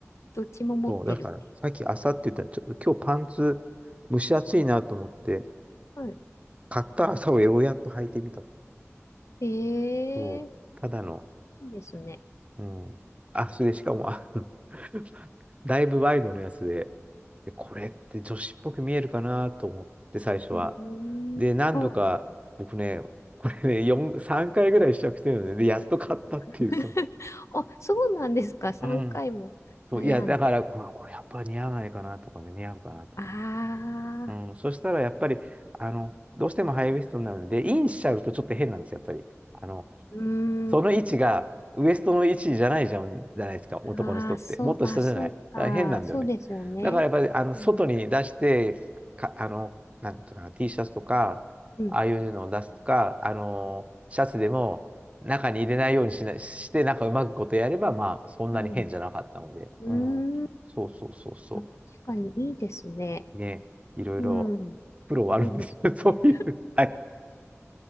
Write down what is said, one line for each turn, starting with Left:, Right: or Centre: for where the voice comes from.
Left: どっちも持ってるって。
Right: そうだから、さっき朝って言ったら、ちょ、今日パンツ蒸し暑いなと思って、
Left: はい。
Right: 買った朝をようやっと履いてみた。
Left: え
Right: そう、
Left: え、
Right: ただの、
Left: いいですね。
Right: うん。あ、それでしかも、あの <laughs> だいぶワイドのやつで、で、これって女子っぽく見えるかなと思って、最初は。
Left: うーん。
Right: で、何度か、
Left: はい。
Right: 僕ね、これね、4、3回ぐらい試着してるのね、で、やっと買ったっていう、
Left: <laughs>
Right: その。
Left: あ、そうなんですか。3回も悩んで。
Right: うん。そう、いや、だから、これ、これやっぱ似合わないかなとかね、似合うかなとか。
Left: ああ、
Right: うん、そしたら、やっぱり、あの、どうしてもハイウエストになるんで、インしちゃうとちょっと変なんですよ、やっぱり。あの、
Left: うーん。
Right: その位置がウエストの位置じゃないじゃん、じゃないですか、男の人って。
Left: ああ、そう、
Right: もっと下じゃない。
Left: あ、そうか。
Right: だから変なんだよね。
Left: そうですよね。
Right: だからやっぱり、あの、外に出して、
Left: うん。
Right: か、あの、なんていうのかな、T シャツとか、
Left: うん。
Right: ああいうのを出すとか、あの、シャツでも中に入れないようにしな、して、なんかうまくことやれば、まあ、そんなに変じゃなかったので。
Left: うん。う
Right: うん。
Left: ーん。
Right: そうそうそうそ
Left: あ、確かにいいですね。
Right: う。ね、いろいろ、
Left: うん。
Right: プロはあるんですよ。
Left: そうですね。
Right: <laughs> そういう。はい。